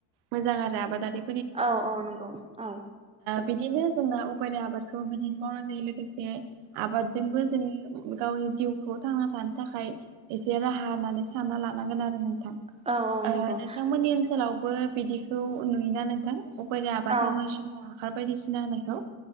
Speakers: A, on the right; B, on the right.
A: मोजां आरो आबादारि
B: औ औ नंगौ औ।
A: बिदिनो जोंना उफेरा आबादखौ बिदिनो मावनाय जायो लोगोसे आबादजोंबो जोंनि गावनि जिउखौ थांना थानो थाखाय एसे राहा होननानै सानना लानांगोन आरो नोंथां।
B: औ औ
A: ओ
B: नंगौ
A: नोंथांमोननि ओनसोलावबो बिदिखौ नुयोना नोंथां उफेरा आबाद
B: औ
A: मावनाय समाव हासार बायदिसिना होनायखौ।